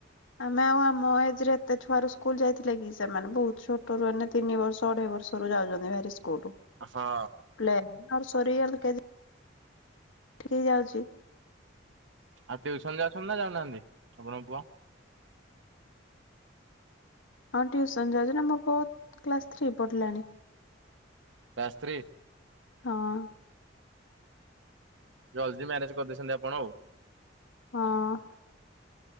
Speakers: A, on the left (about 85°); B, on the right (about 80°).
A: ଆମେ ଆଉ ଆମ ଏଜ ରେ ଏତେ ଛୁଆ ର ସ୍କୁଲ ଯାଇଥିଲେ କି ସେମାନେ ବହୁତ ଛୋଟରୁ ଏଇନେ ତିନି ବର୍ଷ ଅଢେଇ ବର୍ଷ। ରୁ ଯାଉଛନ୍ତି ହେରି ସ୍କୁଲ।
B: ହଁ।
A: ଲ ସରି ଆଲ କେ ଠିକ ଯାଉଛି।
B: ଆଉ ଟ୍ୟୁସନ ଯାଉଛନ୍ତି ନା ଯାଉନାହାନ୍ତି ଆପଣଙ୍କ ପୁଅ?
A: ହଁ ଟିଉସନ ଯାଉଛି ନା ମୋ ପୁଅ କ୍ଲାସ ଥ୍ରୀ ପଢିଲାଣି।
B: Class three?
A: ହଁ।
B: ହଁ ଜଲଦି ମ୍ୟାରେଜ କରିଦେଇଛନ୍ତି ଆପଣ ଆଉ।
A: ହଁ।